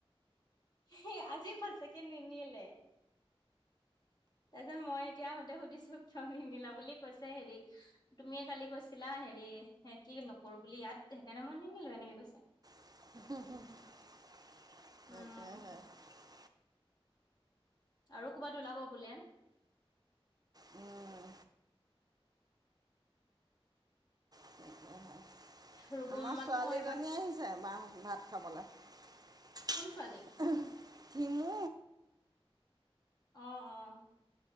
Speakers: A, on the left; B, on the right.
A: সেই আজি সচাকে নিনিলে। তাৰ পিছত মই এতিয়া আহোতে সুধিছো। থ নিদিলা বুলি কৈছে হেৰি তুমিয়ে কালি কৈছিলা হেৰি কি নকৰো বুলি ইয়াত। সেইকাৰণে মই নিনিলো এনেকে কৈছে।
B: <inaudible>
A: উম আৰু ক'বাত ওলাব বোলে।
B: উম। <inaudible>
A: ৰুবুমাকতো
B: আমাৰ ছোৱালীজনী
A: মই এইবাৰ
B: আহিছে বাহ ভাত খাবলৈ।
A: কোন ছোৱালী
B: কিমু।
A: আহ অ'